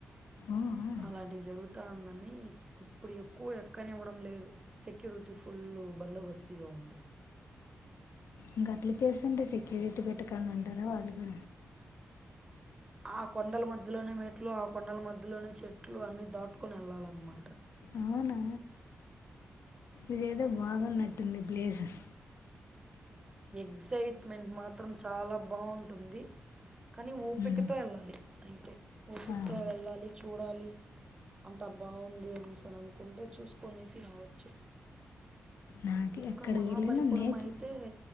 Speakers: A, on the left; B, on the right.
A: ఓహో
B: అలాంటివి జరుగు వతాందని ఇప్పుడు ఎక్కువ ఎక్కనివ్వడం లేదు. సెక్యూరిటీ ఫుల్లు బందోబస్తుగా ఉంది.
A: ఇంకా అట్లు చేసండి సెక్యూరిటీ పెట్టటుకనండి ంటరావళగు
B: ఆ కొండల మధ్యలోనే మెట్లు ఆ కొండల మధ్యలోనే చెట్లు అన్ని దాటుకొని వెళ్ళాలన్నమాట.
A: అవునా ఇద ఏదో బాగాం న పటింది బ్లేజర్
B: ఎగ్జైట్మెంట్ మాత్రం చాలా బావుంటుంది. కాని ఓపికతో
A: ఉమ్,
B: వెళ్ళాలి. అయితే ఓపిగ్గా
A: ఆహా.
B: వెళ్ళాలి. చూడాలి. అంత బావుంది అనేసి అని అనుకుంటే చూసుకునేసి రావచ్చు.
A: నాకు
B: ఇంకా
A: ఎక్కడికి
B: మహాబలి
A: వెళ్ళినా
B: పురం
A: నేచర్
B: అయితే